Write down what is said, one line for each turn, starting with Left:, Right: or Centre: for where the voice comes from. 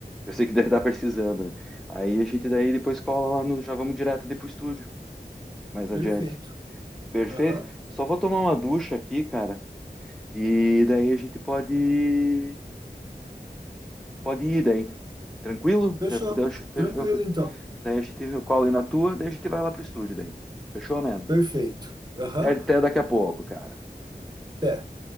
Centre: Eu sei que deve estar precisando, né? Aí a gente daí depois cola lá no, já vamos direto ali pro estúdio, mais
Right: Perfeito.
Centre: adiante. Perfeito.
Right: Aham.
Centre: Só vou tomar uma ducha aqui, cara. E daí a gente pode, pode ir daí. Tranquilo?
Right: Fechou.
Centre: Daí eu-
Right: Tranquilo,
Centre: eu- eu-
Right: então.
Centre: daí a gente eu colo aí na tua, daí a gente vai lá pro estúdio daí. Fechou, mano?
Right: Perfeito. Aham.
Centre: Até, até daqui a pouco, cara.
Right: Até.